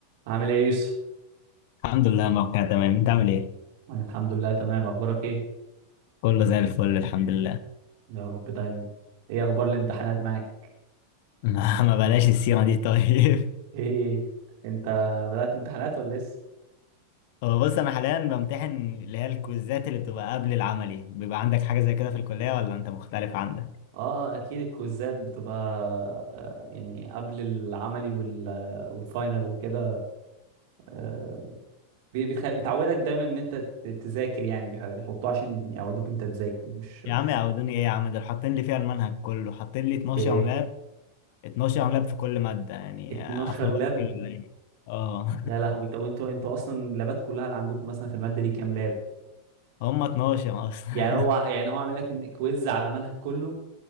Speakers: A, on the right; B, on the left.
A: عامل ايه يا يوسف؟
B: الحمد لله موقع تمام انت عامل ايه
A: أنا الحمد لله تمام اخبارك ايه؟
B: كله زي الفل الحمد لله
A: يا رب دايما ايه اخبار الامتحانات معاك؟
B: <laughs> ما ما بلاش السيرة دي طيب
A: ايه ايه ايه. انت بدأت امتحانات ولا لسه؟
B: <laughs> هو بص انا حاليا بمتحن اللي هي الكويزات اللي بتبقى قبل العملي بيبقى عندك حاجة زي كده في الكلية ولا انت مختلف عندك
A: اه اكيد الكويزات بتبقى آه، يعني قبل العملي وال والفاينل وكده آه، بي- بتخ... بتعودك دايما ان انت ت- تذاكر يعني بيح- بيحطوه عشان يعودوك انت تذاكر مش
B: يا عم يعودوني ايه يا عم دول حاطين لي فيها المنهج كله حاطين لي 12
A: ايه
B: لاب 12 لاب في كل مادة يعني
A: 12
B: اخلص
A: لاب
B: ايه ولا ايه اه
A: يا لهوي طب انتوا انتوا اصلا اللابات كلها اللي عندكم مثلا في المادة دي كام لاب؟
B: <laughs> هم 12 اصلا
A: يعني هو يعني هو عامل لك كويز على المنهج كله